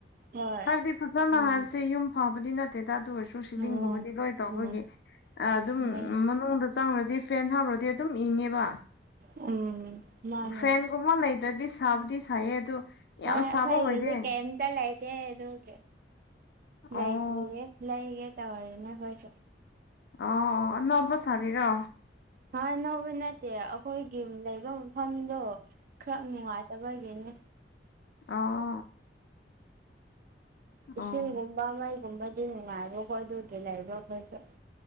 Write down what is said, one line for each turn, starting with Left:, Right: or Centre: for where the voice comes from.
Right: ꯍꯣꯏ
Left: ꯍꯥꯏꯞꯗꯤ ꯐꯖꯅ
Right: ꯎꯝ
Left: ꯍꯥꯏꯕꯁꯦ ꯌꯨꯝ ꯐꯕꯗꯤ ꯅꯠꯇꯦꯗ ꯑꯗꯨ ꯑꯣꯏꯔꯁꯨ ꯁꯤꯂꯤꯡꯒꯨꯝꯕꯗꯤ
Right: ꯎꯝ
Left: ꯂꯣꯏ ꯇꯧꯕꯒꯤ
Right: ꯎꯝ
Left: ꯑꯗꯨꯝ
Right: ꯎꯝ
Left: ꯃꯅꯨꯡꯗ ꯆꯪꯔꯗꯤ ꯐꯦꯟ ꯍꯥꯞꯔꯗꯤ ꯑꯗꯨꯝ ꯏꯪꯉꯦꯕ
Right: ꯎꯝ ꯃꯥꯅꯦ
Left: ꯐꯦꯟꯒꯨꯝꯕ ꯂꯩꯗ꯭ꯔꯗꯤ ꯁꯥꯕꯗꯤ ꯁꯥꯏꯌꯦ ꯑꯗꯨ
Right: <unintelligible>
Left: ꯌꯥꯝ ꯁꯥꯕ
Right: ꯑꯈꫭꯏꯒꯤꯗꯤ
Left: ꯑꯣꯏꯗꯦ
Right: ꯀꯩꯝ ꯇ ꯂꯩꯇꯦ ꯑꯗꯨꯒꯤ
Left: ꯑꯣ
Right: ꯂꯩꯇ꯭ꯔꯤꯌꯦ ꯂꯩꯒꯦ ꯇꯧꯔꯤꯅꯦ ꯈꫭꯏꯁꯨ
Left: ꯑꯣ ꯑꯣ ꯑꯅꯧꯕ ꯁꯥꯔꯤꯔꯣ
Right: <unintelligible> ꯑꯅꯧꯕ ꯅꯠꯇꯦ ꯑꯩꯈꯣꯏꯒꯤ ꯂꯩꯕ ꯃꯐꯝꯗꯣ ꯈꯔ ꯅꯨꯡꯉꯥꯏꯇꯕꯒꯤꯅꯤ
Left: ꯑꫭ ꯑꯣ
Right: ꯏꯁꯤꯡꯒꯨꯝꯕ
Left: ꯑꯣ
Right: ꯃꯩꯒꯨꯝꯕꯗꯤ ꯅꯨꯡꯉꯥꯏꯕꯀꯣ ꯑꯗꯨꯒꯤ ꯂꯩꯕ ꯑꯈꯣꯏꯁꯨ